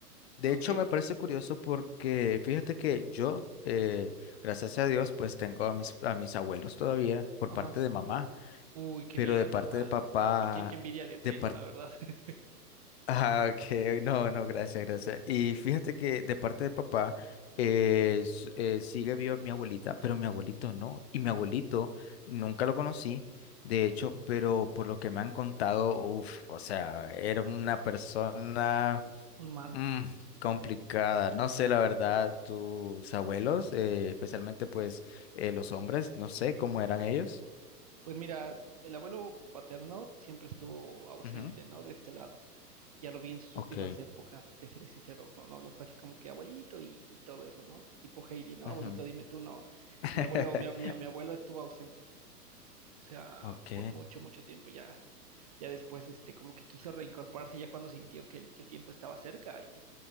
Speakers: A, on the left; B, on the right.
A: de
B: ok,
A: hecho me parece curioso porque fíjate que yo, eh, gracias a Dios, pues tengo a mis, a mis abuelos todavía por
B: ajá.
A: parte de mamá,
B: Uy, qué
A: pero
B: bien,
A: de parte
B: hermano.
A: de papá...
B: Y qué, qué envidia le tengo,
A: De parte
B: la verdad. <laughs>
A: Ah, ok, no, no, gracias, gracias. Y fíjate que de parte de papá eh, s- eh, sigue viva mi abuelita, pero mi abuelito no. Y mi abuelito nunca lo conocí, de hecho, pero por lo que me han contado, uff, o sea, era una persona
B: Un man.
A: mm, complicada. No sé, la verdad, tus abuelos, eh, especialmente pues eh, los hombres, no sé cómo eran ellos.
B: Pues mira, el abuelo paterno siempre estuvo ausente,
A: Ujú,
B: ¿no? De este lado. Ya lo vi en sus
A: Ok.
B: últimas épocas, te seré sincero. No, no, no fue así como que abuelito y, y todo eso, ¿no? Tipo Heidi, ¿no?
A: ujú,
B: Abuelito, dime tú, no.
A: <laughs>
B: Mi abuelo, mi, mi, mi abuelo estuvo ausente. O sea,
A: Ok.
B: por mucho, mucho tiempo ya. Ya después, este, como que quiso reincorporarse ya cuando sintió que el, que el tiempo estaba cerca y,